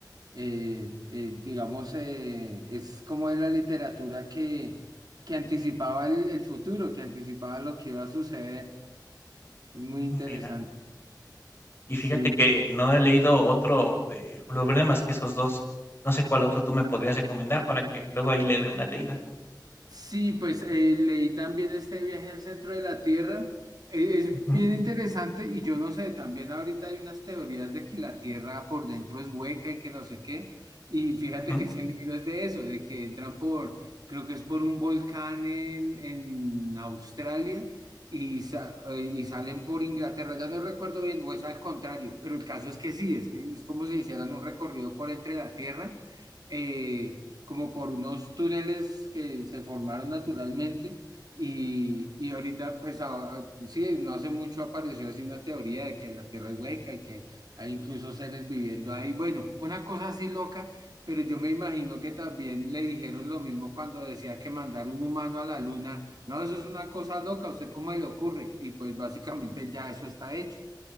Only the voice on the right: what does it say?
Eh, eh, digamos, eh, es como de la literatura que, que anticipaba el, el futuro, que anticipaba lo que iba a suceder. Es muy
interesante.
Sí.
Sí, pues eh, leí también este viaje al centro de la Tierra. Eh, es
bien interesante y yo no sé, también ahorita hay unas teorías de que la Tierra por dentro es hueca y que no sé qué. Y fíjate
que ese libro es de eso, de que entran por, creo que es por un volcán en, en Australia y, sa- eh, y salen por Inglaterra. Ya no recuerdo bien, o es al contrario, pero el caso es que sí, es que es como si hicieran un recorrido por entre la Tierra. eh, como por unos túneles que se formaron naturalmente y, y ahorita, pues ah, sí, no hace mucho apareció así una teoría de que la Tierra es hueca y que hay incluso seres viviendo ahí. Bueno, una cosa así loca, pero yo me imagino que también le dijeron lo mismo cuando decía que mandar un humano a la luna, no, eso es una cosa loca, ¿a usted cómo le ocurre? Y pues básicamente ya eso está hecho,